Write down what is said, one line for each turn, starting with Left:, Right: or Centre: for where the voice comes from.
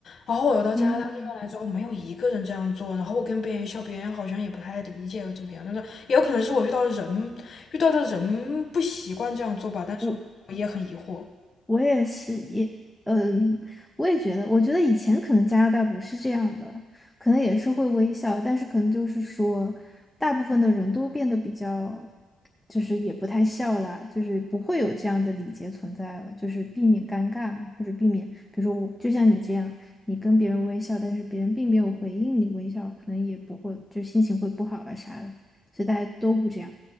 Left: 然后我到加拿大这边来之后，
Centre: 嗯，
Left: 没有一个人这样做。然后我跟别人笑，别人好像也不太理解又怎么样。但是也有可能是我遇到的人，遇到的人不习惯这样做吧。但是我也很疑惑，
Centre: 我。我也是，也，嗯，我也觉得，我觉得以前可能加拿大不是这样的，可能也是会微笑，但是可能就是说，大部分的人都变得比较，就是也不太笑啦，就是不会有这样的礼节存在了，就是避免尴尬嘛，或者避免，比如说我就像你这样，你跟别人微笑，但是别人并没有回应你微笑，可能也不会，就心情会不好啊啥的，所以大家都不这样。